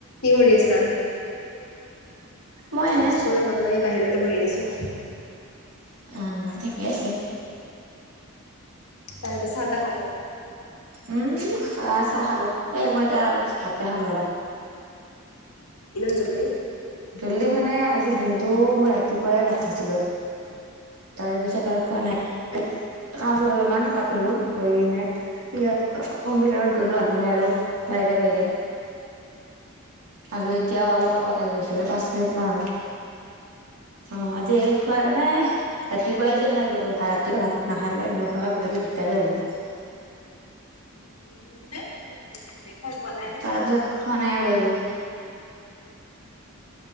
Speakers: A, on the left; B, on the right.
A: কি কৰি আছা
B: মই এনে
A: আছো ৰ'বা মই এই বাহিৰতে বহি আছো
B: অ ঠিকে আছে
A: তাৰ পাছতে চাহ তাহ খালা
B: উম চাহ খালো এ মই এতিয়া অলপ ভাতে খাম ৰবা
A: ইমান জল্দি
B: জল্দি মানে আজি দিনটো মই ৰাতিপুৱাই ভাত খাইছিলোঁ তাৰে পিছত আৰু খোৱা নাই কাম আছিল অলপমান পাতলো গৈ কিনে সিহঁত কম্পিউটাৰত গ'লো আহিকেনে আৰু বাহিৰে বাহিৰে আৰু এতিয়া অলপ আগত আহি
A: কম্পিউটাৰ
B: পাইছো এই
A: আছিল
B: পাঁচ
A: আজি।
B: মিনিট মান হল অ আজি এই খোৱাই মানে ৰাতিপুৱাই যে খাই গলো ভাত ৰাতিও ভাত নাখালে নোখাৱাকে গলে দিগদাৰে হলে হয়
A: পুহি আছে দেখাই পোৱা নাই
B: তাৰ পিছত খোৱা নাই আৰু এইবোৰ